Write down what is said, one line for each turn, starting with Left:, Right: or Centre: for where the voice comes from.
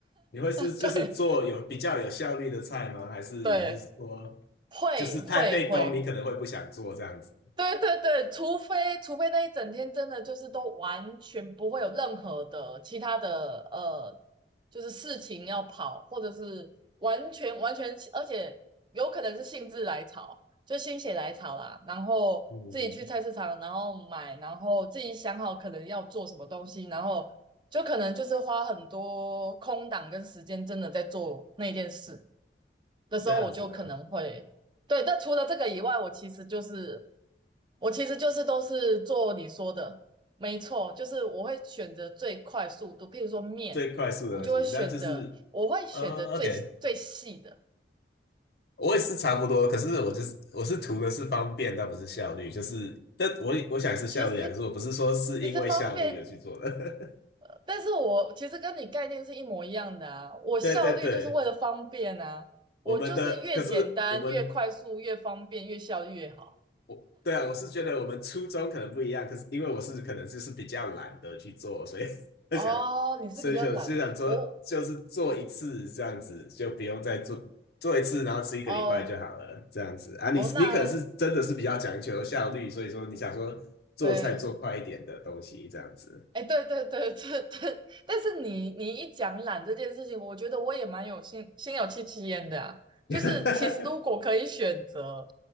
Left: 你会是就是做有比较有效率的菜吗？
Right: 对
Left: 还是你是说
Right: 对，会会会，
Left: 就是太费工，你可能会不想做这样子？
Right: 对对对，除非除非那一整天真的就是都完全不会有任何的其他的呃，就是事情要跑，或者是完全完全，而且有可能是兴致来潮，就心血来潮啦，然后自己去菜市场，
Left: 嗯，
Right: 然后买，然后自己想好可能要做什么东西，然后就可能就是花很多空档跟时间，真的在做那件事的时候，
Left: 这样子啊，
Right: 我就可能会。对，那除了这个以外，我其实就是我其实就是都是做你说的，没错，就是我会选择最快速度，譬如说面，
Left: 最快速的东西，
Right: 我就会选择，
Left: 那就是
Right: 我会选择最最细的。
Left: 呃，OK，我也是差不多，可是我就是我是图的是方便，但不是效率，就是但我我想是效率啊，
Right: 其实
Left: 可是我不是说是因为效率而去做的。
Right: 其实方便，
Left: <laughs>
Right: 呃，但是我其实跟你概念是一模一样的啊。我效率就是为了方便啊，
Left: 对对对，
Right: 我就是越简单、
Left: 我们的可是我们
Right: 越快速、越方便、越效率越好。
Left: 我对啊，我是觉得我们初衷可能不一样，可是因为我是可能就是比较懒得去做，所以
Right: 哦，
Left: <laughs> 想，
Right: 你是比较懒，
Left: 所以想就想做，
Right: 我
Left: 就是做一次这样子，
Right: 你
Left: 就不用再做做一次，然后吃一个礼拜就好了，
Right: 哦
Left: 这样子啊。你你可能是真的是比较讲求效率，
Right: 哦，那
Left: 所以说你想说做菜做快一点的东西这样子。
Right: 对哎，对对对这这，但是你你一讲懒这件事情，我觉得我也蛮有心心有戚戚焉的啊。就是其实如果可以选择，
Left: <laughs>